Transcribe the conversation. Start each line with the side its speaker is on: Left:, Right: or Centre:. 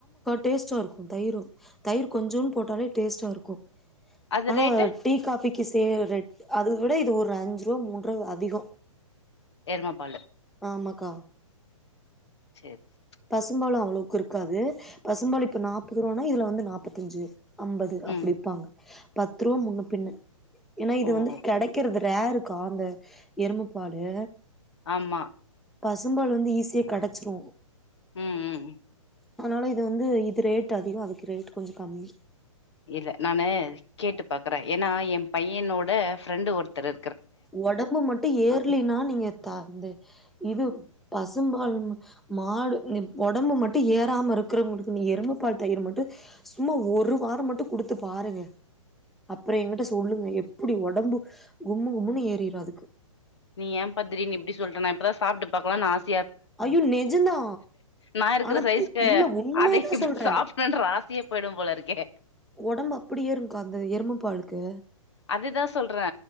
Centre: டேஸ்ட்டாயிருக்கோ தயிரோ தயிர் கொஞ்சோன்டு போட்டாலே டேஸ்ட்டாயிருக்கோ
Left: அது
Centre: ஆனா
Left: ரேட்டு
Centre: டீ காபிக்கு செய்ற அத விட ஒரு அஞ்சுரூவா மூன்ரூவா அதிகோ
Left: எரும பால்ல
Centre: ஆமாக்கா
Left: சேரி செரி
Centre: பசும்பால்ல அவ்ளோக்குயிருக்காது பசும்பாலு இப்ப நாப்பது ரூவானா இதுல வந்து நாப்பத்தஞ்சு அம்பது அப்டி
Left: ம்
Centre: விப்பாங்க பத்து ரூவா முன்ன பின்ன ஏன்னா இது
Left: ஓ
Centre: வந்து
Left: ஓ
Centre: கெடைக்கறதில்ல யாருக்கா அந்த எருமபாலு
Left: ஆமா
Centre: பசும்பாலு வந்து ஈஸியா கெடச்சிரோ
Left: உம் உம் ம்
Centre: அதனால இது வந்து இது ரேட் அதிகோ அதுக்கு ரேட் கொஞ்சோ கம்மி
Left: இல்ல நானு கேட்டுப் பாக்கறே ஏன்னா என் பையனோட ஃப்ரெண்டு ஒருத்தரு
Centre: ஒடம்பு மட்டும் ஏர்லனா நீங்க த இது பசும்பால் மாடு ம் ஒடம்பு மட்டு ஏறாம இருக்கிறவங்களுக்கு நீ எருமப் பால் தயிர் மட்டு சும்மா ஒரு வாரோ மட்டு குடுத்து பாருங்க அப்றோ எங்கிட்ட சொல்லுங்க எப்டி ஒடம்பு கும்மு ம்முன்னு ஏறுரு அதுக்கு
Left: நீ ஏம்ப்பா திடீர்னு இப்டி சொல்ற நா இப்பதா சாப்ட்டு பாக்கலான்னு ஆஸ்
Centre: ஐயோ நெஜந்தா
Left: நா இருக்கிற
Centre: ஆனா
Left: சைஸ்க்கு
Centre: து இல்ல உண்மையதா
Left: அதை
Centre: சொல்றே
Left: சாப்டணுன்ற ஆசையே போயிடும் போல இருக்கே
Centre: ஒடம்பு அப்டி ஏறுங்க்கா அந்த எருமப்பாலுக்கு
Left: அதுதா சொல்றே